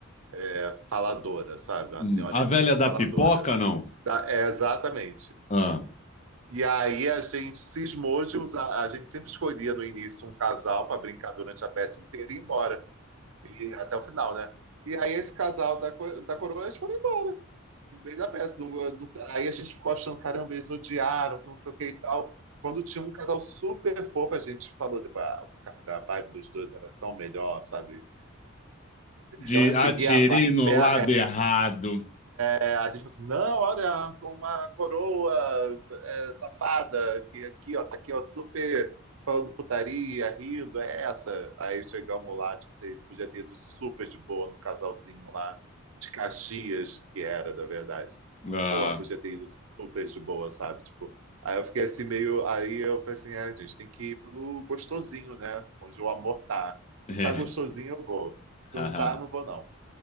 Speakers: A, on the right; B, on the left.
A: é, faladora, sabe? Uma
B: Hum,
A: senhorinha
B: A velha
A: super
B: da
A: faladora.
B: pipoca, não?
A: Da- é, exatamente.
B: Ah.
A: E aí a gente cismou de usar, a gente sempre escolhia no início um casal para brincar durante a peça inteira e ir embora, e até o final, né? E aí esse casal da, co- da coroa, eles foram embora, no meio da peça. Não- não sei- aí a gente ficou achando, caramba, eles odiaram, não sei o que e tal. Quando tinha um casal super fofo, a gente falou, depois, ah, cara, a vibe dos dois era tão melhor, sabe?
B: De
A: Eu segui
B: atirei
A: a vibe,
B: no
A: é a
B: lado errado.
A: é, a gente fala assim, não, olha, com uma coroa é, safada, que aqui, ó, tá aqui, ó, super falando putaria, rindo, é essa. Aí chegamos lá, tipo, você podia ter ido super de boa no casalzinho lá, de Caxias, que era, na verdade.
B: Ah,
A: Porra, podia ter ido super de boa, sabe? Tipo, aí eu fiquei assim meio. Aí eu falei assim, é, gente, tem que ir pelo gostosinho, né? Onde o amor tá.
B: é.
A: Se tá gostosinho, eu vou.
B: <laughs>
A: Se não tá, não vou, não.